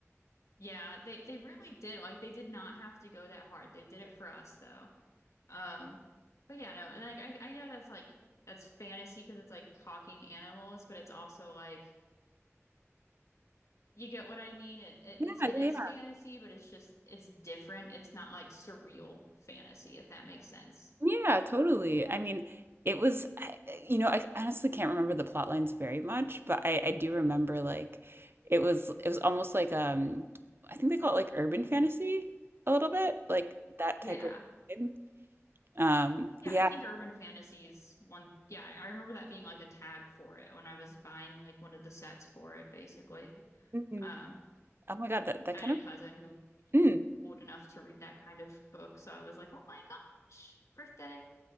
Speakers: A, on the left (about 75°); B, on the right (about 50°).
A: Yeah, they they really did like they did not have to go that hard. They did it for us though. Um, but yeah, no, and like I I know that's like that's fantasy because it's like talking animals, but it's also like you get what I mean. It, it
B: Yeah,
A: it's it is
B: yeah,
A: fantasy, but it's just it's different. It's not like surreal fantasy, if that makes sense.
B: Yeah, totally. I mean, it was, I, you know, I honestly can't remember the plot lines very much, but I, I do remember like it was it was almost like um I think they call it like urban fantasy a little bit, like that
A: Yeah.
B: type of vibe. Um,
A: Yeah,
B: yeah.
A: I think urban fantasies one yeah, I remember that being like a tag for it when I was buying like one of the sets for it basically.
B: hmm
A: Um
B: Oh my God, that that
A: I
B: kind
A: had a
B: of
A: cousin who was getting
B: mm.
A: old enough to read that kind of book, so I was like, "Oh my gosh, birthday."